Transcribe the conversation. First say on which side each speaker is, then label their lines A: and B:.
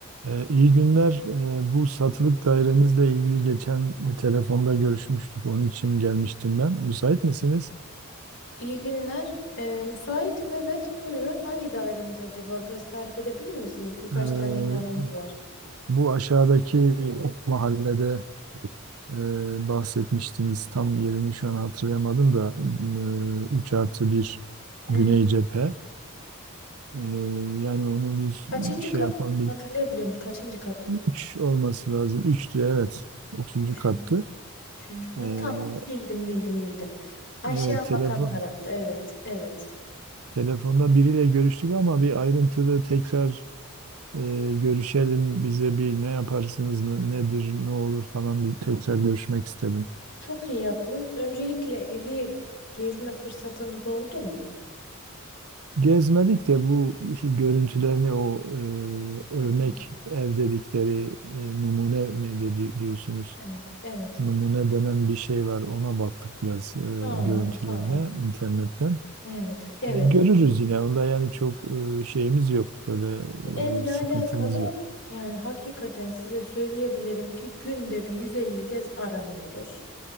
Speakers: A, on the right (about 90°); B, on the left (about 55°).
A: Ee, iyi günler. Ee, bu satılık dairenizle ilgili geçen bir telefonda görüşmüştük. Onun için gelmiştim ben. Müsait misiniz?
B: İyi günler. Ee, müsaitim evet. Buyurun. Hangi dairemiz acaba? Biraz tarif edebilir misiniz? Birkaç
A: Ee,
B: tane ilanımız var.
A: bu aşağıdaki mahallede e, bahsetmiştiniz. Tam yerini şu an hatırlayamadım da e, 3 artı 1
B: Hmm.
A: Güney Cephe. Ee, yani onu biz
B: Kaçıncı
A: şey
B: kat?
A: yapan bir
B: Hatırlayabiliyor musun? Kaçıncı kat?
A: 3 olması lazım. 3'tü evet. Üçüncü
B: Üçüncü.
A: kattı.
B: Üçüncü kat.
A: Ee,
B: Tamam. Bildim bildim bildim. Aşağı
A: evet telefon.
B: bakan tarafta. Evet. Evet.
A: Telefonda biriyle görüştük ama bir ayrıntılı tekrar e, görüşelim. Bize bir ne yaparsınız, ne- nedir, ne olur falan bir tekrar görüşmek istedim.
B: Çok iyi yaptınız. Öncelikle evi gezme fırsatınız oldu mu?
A: Gezmedik de bu işte görüntülerini o e, örnek
B: Hı hı.
A: ev dedikleri e, numune mi dedi- diyorsunuz?
B: Evet, evet.
A: Numune denen bir şey var. Ona baktık biraz e,
B: Tamam,
A: görüntülerine
B: tamam.
A: internetten.
B: Evet, evet.
A: E, görürüz yine. Onda yani çok e, şeyimiz yok. Böyle
B: Bu evle
A: e, sıkıntımız
B: alakalı
A: yok.
B: yani hakikaten size söyleyebilirim ki günde bir 150 kez aranıyoruz.